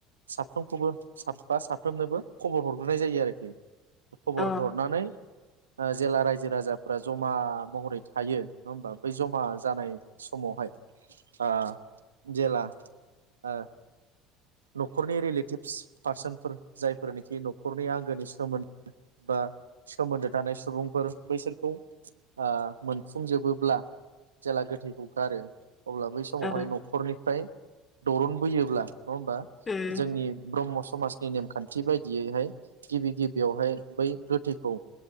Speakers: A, on the right (about 85°); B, on the left (about 30°).
A: साफ्रोमखौबो साब बा साफ्रोमनोबो खबर हरग्रोनाय जायो आरोखि। खबर
B: औ
A: हरनानै ओ जेला रायजो राजा फोरा जमा महरै थायो नङा होमबा बै जमा जानाय समावहाय आ जेला ओ न खरनि रिलेटिभ्स पार्सनफोर जायफोरनिखि नखरनि आंगोनि सोमोन्द बा सोमोन्दो थानाय सुबुंफोर बैसोरखौ ओ मोनफुंजोबोब्ला जेला गोथैखौ गारो अब्ला बै समावहाय
B: औ
A: नखरनिफ्राय दरन बोयोब्ला नङा होमबा
B: उम
A: जोंनि ब्रह्म स समाजनि नेमखान्थि बायदियैहाय गिबि गिबियावहाय बै गोथैखौ